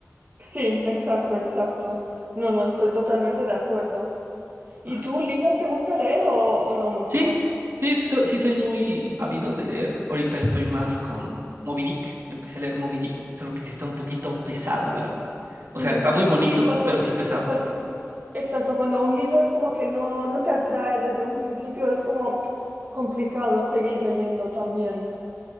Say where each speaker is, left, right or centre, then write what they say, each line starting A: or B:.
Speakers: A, on the right; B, on the right.
A: Sí, exacto, exacto. No, no, estoy totalmente de acuerdo. ¿Y
B: <laughs>
A: tú, libros te gusta leer o, o no mucho?
B: Sí, sí, sí, so- sí soy muy ávido de leer. Ahorita estoy más con Moby Dick. Empecé a leer Moby Dick, solo que sí está un poquito pesado, la verdad. O
A: Mm,
B: sea, está muy bonito,
A: Sí, cuando,
B: pero sí pesado.
A: cuan- exacto, cuando un libro es como que no, no te atrae desde un principio, es como complicado seguir leyendo también.